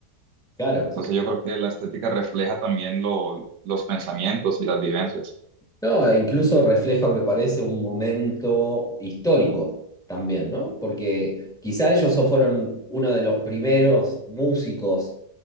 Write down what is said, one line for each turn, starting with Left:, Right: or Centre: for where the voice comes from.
Centre: claro.
Right: Entonces yo creo que la estética refleja también lo- los pensamientos y las vivencias.
Centre: No, incluso refleja, me parece, un momento histórico también, ¿no? Porque quizá ellos so- fueron uno de los primeros músicos